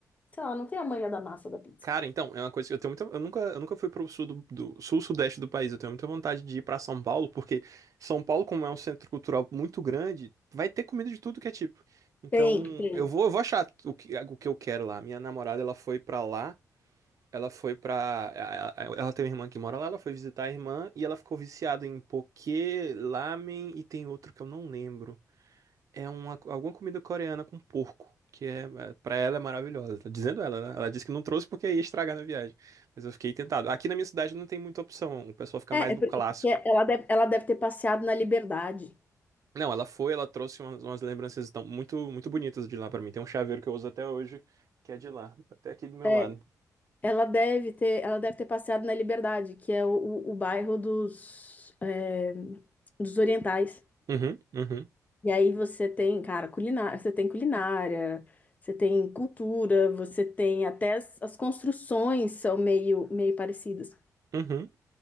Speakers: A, on the left; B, on the right.
A: sei lá, não tem a manha da massa da pizza.
B: Cara, então, é uma coisa que eu tenho muita. Eu nunca, eu nunca fui pro sul do, do- sul sudeste do país. Eu tenho muita vontade de ir pra São Paulo, porque São Paulo, como é um centro cultural muito grande, vai ter comida de tudo que é tipo. Então,
A: Tem, tem.
B: eu vou, eu vou achar o que, o que eu quero lá. Minha namorada, ela foi pra lá, ela foi pra. a- a- Ela tem uma irmã que mora lá, ela foi visitar a irmã e ela ficou viciada em poké, lamen e tem outro que eu não lembro. É uma, alguma comida coreana com porco, que é, é- pra ela é maravilhosa. Tá dizendo ela, né? Ela disse que não trouxe porque ia estragar na viagem. Mas eu fiquei tentado. Aqui na minha cidade não tem muita opção, o pessoal fica
A: É,
B: mais
A: é
B: no
A: porque
B: clássico.
A: ela deve, ela deve ter passeado na liberdade.
B: Não, ela foi, ela trouxe umas, umas lembranças tão, muito, muito bonitas de lá pra mim. Tem um chaveiro que eu uso até hoje, que é de lá, até aqui do meu
A: É,
B: lado.
A: Ela deve ter, ela deve ter passeado na Liberdade, que é o, o, o bairro dos, é, dos orientais.
B: Uhum, uhum,
A: E aí você tem, cara, culinária, você tem culinária, você tem cultura, você tem até as, as construções são meio, meio parecidas.
B: uhum.